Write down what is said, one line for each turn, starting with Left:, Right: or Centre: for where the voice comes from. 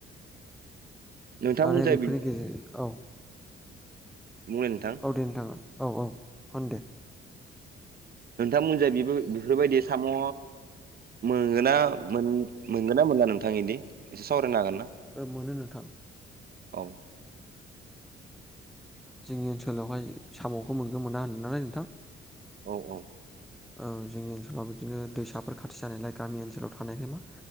Right: नोंथांमोनजाय
Centre: आरो बेफोरनि
Right: बिदि
Centre: गेजेर औ
Right: बुंनाय नोंथां
Centre: औ दे नोथां औ औ होन दे
Right: नोंथांमोनजों बेबो बेफोरबायदि साम' मोनगोना मोनगोन ना मोना नोंथांनिदि एसे सावरायनो हागोन ना
Centre: मोनो नोंथां
Right: औ
Centre: जोंनि ओनसोलावहाय साम'खौ मोनगौ मोना होन्दों नालाय नोंथां
Right: औ औ
Centre: ओ जोंनि ओनसोलाव बिदिनो दैसाफोर खाथि जानायलाय गामि ओनसोलाव थानायखाय मा